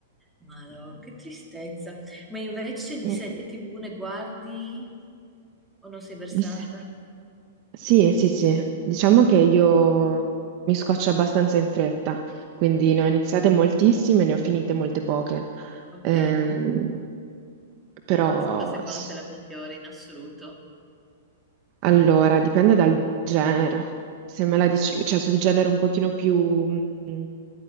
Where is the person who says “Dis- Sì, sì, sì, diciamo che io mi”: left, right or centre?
Right